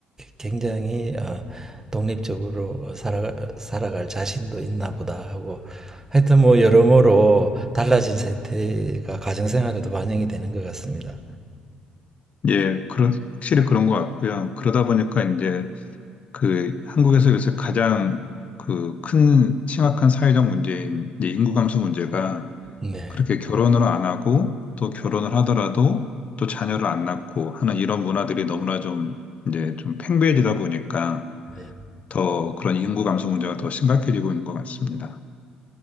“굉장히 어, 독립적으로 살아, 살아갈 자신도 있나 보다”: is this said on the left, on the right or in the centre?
Right